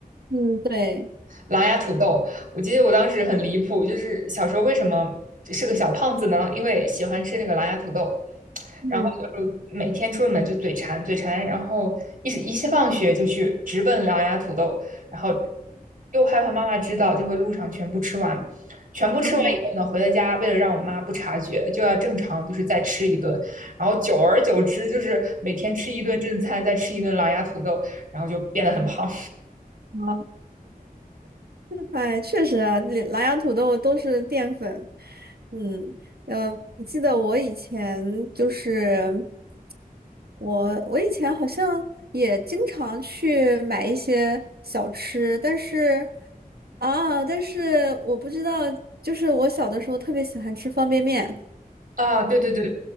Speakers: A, on the right; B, on the right.
A: 嗯，对，
B: 狼牙土豆。我记得我当时很离谱，就是小时候为什么是个小胖子呢？因为喜欢吃那个狼牙土豆，
A: 嗯
B: 然后就是每天出门就嘴馋，嘴馋，然后一直一下放学就去直奔狼牙土豆，然后又害怕妈妈知道，就会路上全部吃完。全部吃完以后呢，
A: 嗯，
B: 回到家为了让我妈不察觉，就要正常就是再吃一顿，然后久而久之就是每天吃一顿正餐，再吃一顿狼牙土豆，然后就变得很胖。
A: 好哎，确实啊，那狼牙土豆都是淀粉。嗯，呃，我记得我以前就是我，我以前好像也经常去买一些小吃，但是啊，但是我不知道，就是我小的时候特别喜欢吃方便面，
B: 啊，对对对，